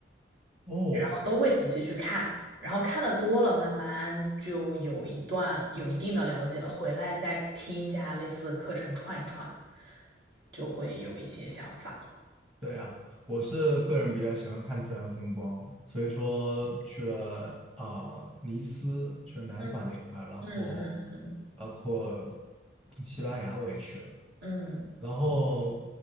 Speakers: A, on the right; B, on the right.
A: 哦，
B: 然后都会仔细去看，然后看的多了，慢慢就有一段有一定的了解了，回来再听一下类似的课程串一串，就会有一些想法了。
A: 对呀，我是个人比较喜欢看自然风光，所以说去了啊、呃尼斯，去了南法那块儿然后
B: 嗯嗯嗯嗯。
A: 包括西班牙我也去了，
B: 嗯，
A: 然后